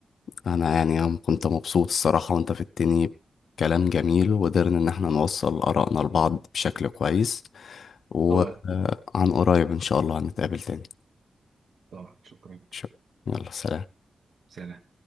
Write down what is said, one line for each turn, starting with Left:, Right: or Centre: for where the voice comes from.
Left: انا يعني أنا كنت مبسوط الصراحة وانت في التاني كلام جميل وقدرنا ان احنا نوصل ارائنا لبعض بشكل كويس وعن
Right: طبعا
Left: قريب ان شاء الله هنتقابل تاني
Right: طبعا شكرا
Left: شكراً. يلا سلام
Right: سلام